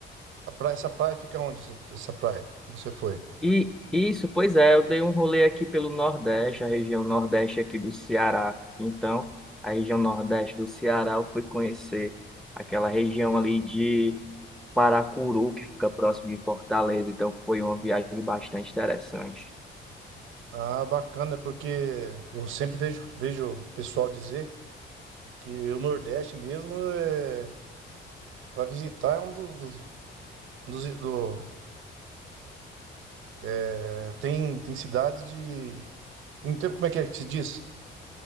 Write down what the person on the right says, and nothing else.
a praia- essa praia fica onde? Essa, essa praia? Você foi?
Ah, bacana, porque eu sempre vejo vejo o pessoal dizer Que o Nordeste mesmo é para visitar é um dos, dos- um dos- do, é, tem tem cidades de tem, tem- como é que é que se diz?